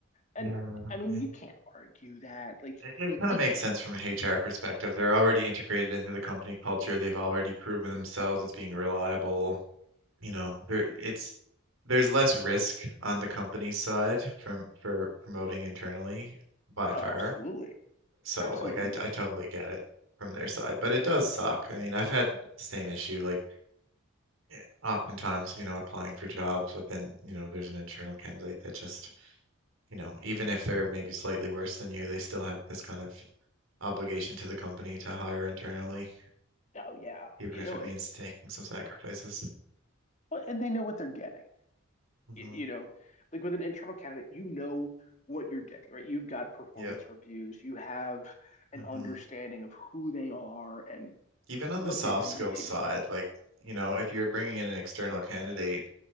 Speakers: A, on the left (about 35°); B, on the right (about 75°).
A: And
B: Yeah. And
A: I mean, you can't argue that. Like,
B: it, it
A: like
B: kind
A: I
B: of
A: get
B: makes sense
A: it.
B: from an HR perspective. They're already integrated into the company culture. They've already proven themselves as being reliable. You know, there it's there's less risk on the company side from for promoting internally by
A: Oh,
B: far.
A: absolutely.
B: So
A: Absolutely.
B: like I I totally get it from their side, but it does suck. I mean, I've had the same issue like eh, oftentimes, you know, applying for jobs, but then, you know, there's an internal candidate that just, you know, even if they're maybe slightly worse than you, they still have this kind of obligation to the company to hire internally,
A: Oh, yeah.
B: even
A: You
B: if
A: know,
B: it
A: it,
B: means taking some sacrifices.
A: well, and they know what they're getting.
B: hmm
A: you know, like with an internal candidate, you know what you're getting, right? You've got performance
B: Yep.
A: reviews, you have an
B: hmm
A: understanding of who they are and
B: even on
A: what
B: the soft
A: they bring
B: skills
A: to the table.
B: side, like, you know, if you're bringing in an external candidate,